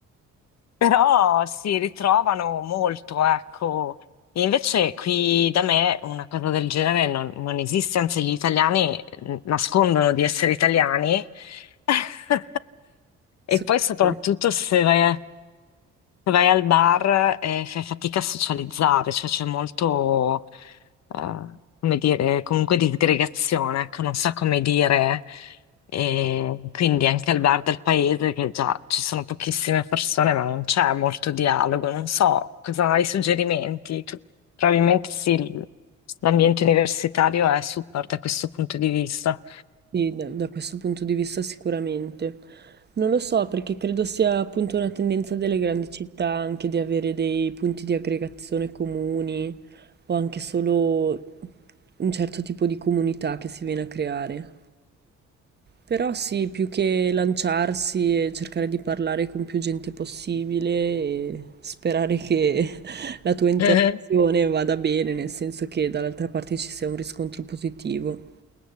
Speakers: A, on the left; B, on the right.
A: Però si ritrovano molto, ecco. E invece qui da me una cosa del genere non, non esiste, anzi gli italiani eh, nascondono di essere italiani. <laughs>
B: Succede.
A: E poi soprattutto se vai a Vai al bar e fai fatica a socializzare, cioè c'è molto, eh, come dire, comunque di aggregazione, ecco, non so come dire. E quindi anche al bar del paese, che già ci sono pochissime persone, ma non c'è molto dialogo. Non so cosa hai suggerimenti. Tu- probabilmente sì, il- l'ambiente universitario è super da questo punto di vista.
B: Sì, da, da questo punto di vista sicuramente. Non lo so, perché credo sia appunto una tendenza delle grandi città anche di avere dei punti di aggregazione comuni o anche solo un certo tipo di comunità che si viene a creare. Però sì, più che lanciarsi e cercare di parlare con più gente possibile e sperare che <laughs> la tua interazione
A: <laughs> Mhm.
B: vada bene, nel senso che dall'altra parte ci sia un riscontro positivo.